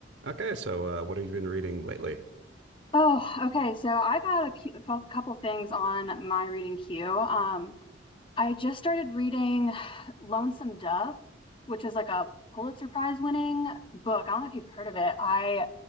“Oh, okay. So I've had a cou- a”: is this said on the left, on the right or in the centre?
Left